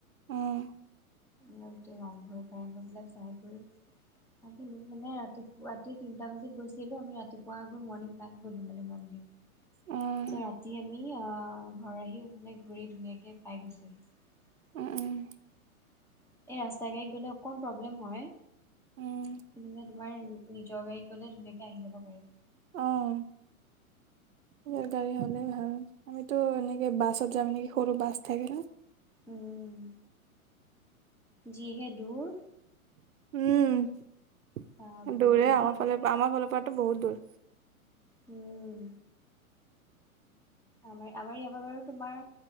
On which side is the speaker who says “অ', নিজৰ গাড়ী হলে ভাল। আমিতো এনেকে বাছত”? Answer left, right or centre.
Right